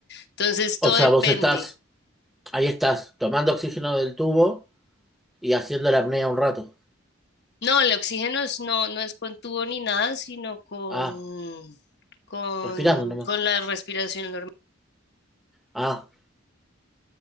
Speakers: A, on the left; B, in the centre.
A: Entonces
B: O
A: todo
B: sea,
A: depende.
B: vos estás, ahí estás, tomando oxígeno del tubo y haciendo la apnea un rato.
A: No, el oxígeno es- no, no es con tubo ni nada, sino con,
B: Ah,
A: con,
B: respirando nomás.
A: con la respiración normal
B: Ah,